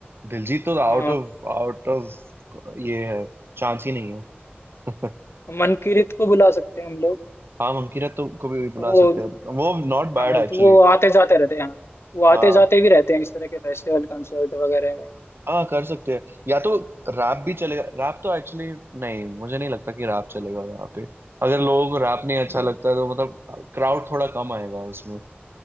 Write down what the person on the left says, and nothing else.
अ,
मनकीरत को बुला सकते हैं हम लोग
वो
हाँ
तो वो आते जाते रहते हैं हाँ वो आते
जाते भी रहते हैं इस तरह के फेस्टिवल कंसर्ट वगैरह में
हम्म,